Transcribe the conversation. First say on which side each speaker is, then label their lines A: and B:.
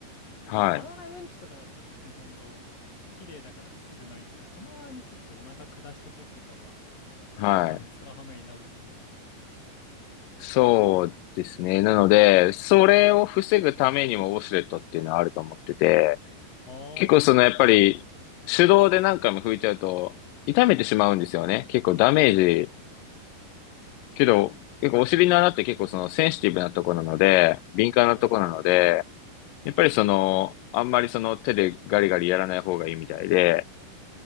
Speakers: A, on the left; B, on the left.
A: なんかバナナうんちとかだったら別にほんと綺麗だからすぐないけど、
B: はい。
A: たまにちょっとお腹下した時とかは、まあ、
B: はい。
A: 何枚も使う羽目になるよね。
B: そうですね。なので、それを防ぐためにもウォシュレットっていうのはあると思ってて、
A: ああ、
B: 結構そのやっぱり手動で何回も拭いちゃうと痛めてしまうんですよね。
A: そっかそっか。
B: 結構ダメージ。けど、結構お尻の穴って結構そのセンシティブなとこなので、敏感なとこなので、
A: おーお
B: やっぱりその、あんまりその手でガリガリやらない方がいいみたいで、